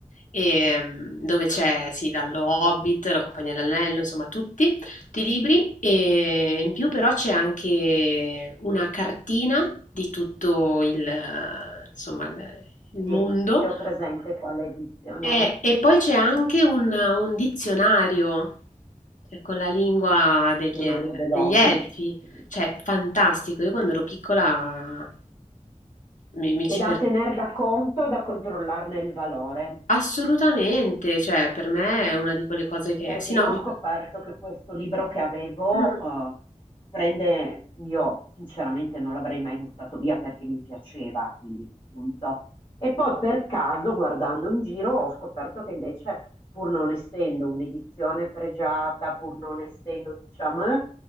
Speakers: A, on the left; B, on the left.
A: e, mm, dove c'è, sì, dallo Hobbit, la Compagnia dell'Anello, insomma, tutti, tutti i libri. E in più però c'è anche una cartina di tutto il, eh, insomma, il il mondo
B: Sì, se ho presente quale edizione
A: eh,
B: è.
A: e poi c'è anche un, un dizionario, cioè, con la lingua
B: Dizionario
A: degli,
B: dell'Hobbit,
A: degli elfi,
B: sì.
A: cioè fantastico. Io quando ero piccola mi, mi ci
B: E da
A: perdevo
B: tener da conto e da controllarne il valore,
A: assolutamente, cioè per me è una di quelle cose che...
B: perché
A: Sì, no,
B: io
A: mi-
B: ho scoperto che questo libro che avevo
A: mm,
B: eh, prende, io sinceramente non l'avrei mai buttato via perché mi piaceva, quindi punto. E poi per caso, guardando in giro, ho scoperto che invece, pur non essendo un'edizione pregiata, pur non essendo, diciamo,